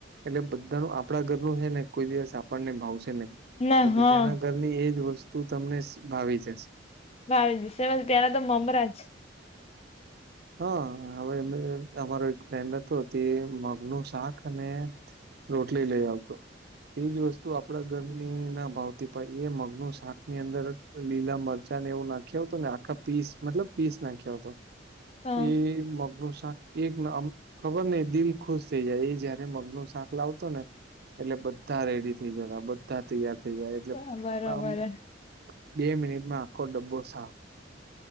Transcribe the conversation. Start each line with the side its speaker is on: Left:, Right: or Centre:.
Right: એટલે બધા ન આપડા ઘર નું છે ને કોઈ દિવસ આપણને ભાવશે નહી.
Left: ના
Right: તો બીજાના
Left: હા
Right: ઘરની એજ વસ્તુ તમને ભાવી જસે.
Left: ભાવી ત્યાંના તો મમરાજ.
Right: હા! હવે અમારો એક ફ્રેન્ડ હતો તે મગનું શાક અને. રોટલી લઈ આવતો. એજ વસ્તુ આપડા ઘરની ના ભાવ. ને પહી એ મગનું શાક ની, અંદર લીલા મરચાં ને એવું નાખ્યું તું ને, આખા પીસ મતલબ પીસ નાખ્યો તો.
Left: હા
Right: એ મગનું શાક એકનમ, ખબર નહીં દિલ ખુશ થઈ જાય, એ જયારે મગ નું શાક લાવતો ને એટલે બધા રેડી થઈ જતા, બધા તૈયાર થઈ જાય, એટલે
Left: હા બરોબર
Right: આમ બે મિનિટમાં આખો ડબ્બો સાફ.